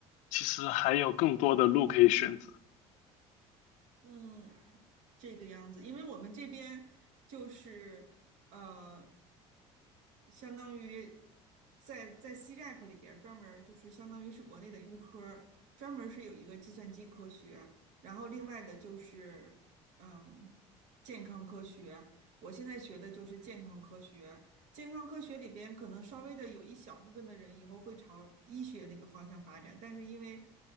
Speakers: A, on the left; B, on the right.
A: 其实还有更多的路可以选择。
B: 嗯，这个样子，因为我们这边就是呃，相当于在在 C-RAP 里边儿专门儿就是相当于是国内的预科儿，专门儿是有一个计算机科学，然后另外的就是嗯健康科学。我现在学的就是健康科学，健康科学里边可能稍微的有一小部分的人以后会朝医学那个方向发展，但是因为